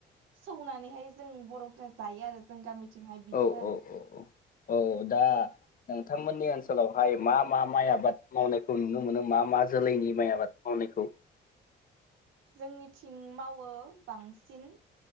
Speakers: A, on the right; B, on the left.
A: सौनानैहाय जों बर'फ जायो आरो जों गामिथिंहाय बिदि
B: औ
A: आरो
B: औ औ औ दा नोंथांमोननिसार ओनसोलावहाय मा मा माइ आबाद मावनायखौ नुनो मोनो मा मा जोलैनि माइ आबाद मावनायखौ
A: जोंनिथिं मावो बांसिन